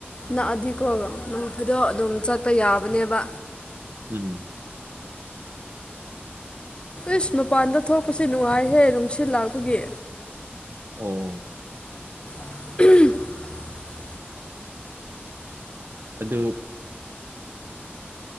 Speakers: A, on the left (about 25°); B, on the right (about 60°).
A: ꯅꯛꯑꯗꯤꯀꯣ ꯅꯣꯡ ꯐꯥꯗꯣꯛ ꯑꯗꯨꯝ ꯆꯠꯄ ꯌꯥꯕꯅꯦꯕ
B: ꯎꯝ
A: ꯏꯁ ꯃꯄꯥꯟꯗ ꯊꯣꯛꯄꯁꯤ ꯅꯨꯡꯉꯥꯏꯍꯦ ꯅꯨꯡꯁꯤꯠ ꯂꯥꯛꯄꯒꯤ
B: ꯑꯣ
A: <inaudible>
B: ꯑꯗꯨ